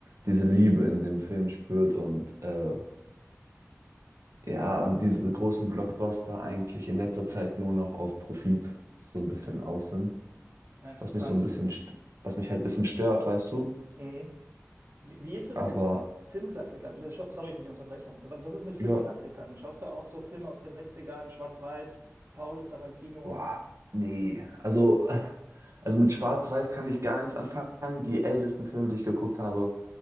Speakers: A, on the right; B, on the right.
A: diese Liebe in dem Film spürt und äh, ja, und diese großen Blockbuster eigentlich in letzter Zeit nur noch auf Profit so ein bisschen aus sind.
B: ja, interessant.
A: Was mich so ein bisschen, st- was mich halt ein bisschen stört, weißt du.
B: Mhm. Wie, wie ist das
A: Aber
B: mit Filmklassikern? Äh, scho- Sorry für die Unterbrechung. Was, was ist mit Filmklassikern?
A: ja,
B: Schaust du auch so Filme aus den Sechzigern, ern Schwarz-Weiß, Paolo Sorrentino?
A: Boah, nee. Also, <laughs> also mit Schwarz-Weiß kann ich gar nichts anfangen. Die ältesten Filme, die ich geguckt habe,